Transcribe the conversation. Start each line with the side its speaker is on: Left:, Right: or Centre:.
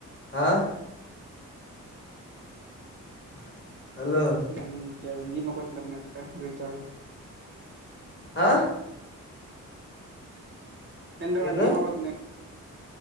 Left: ಹಾ <unintelligible> ಹಲೋ
Right: ಒಂದ್ ಒಂದ್ ಜಿ ಮಾಡ್ಕೋತನ ನೆಟ್ ರೀಚಾರ್ಜ್
Left: ಹಾ. <inaudible>
Right: ಚಂದ್ರವಂಜೀವಬಂಧ್ಹೇಧಿನಿ.
Left: ಏನ
Right: <unintelligible>